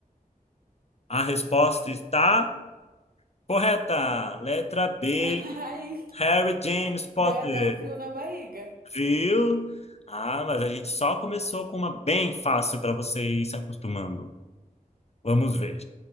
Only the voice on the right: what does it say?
<laughs> Ai,
deu até um frio na barriga.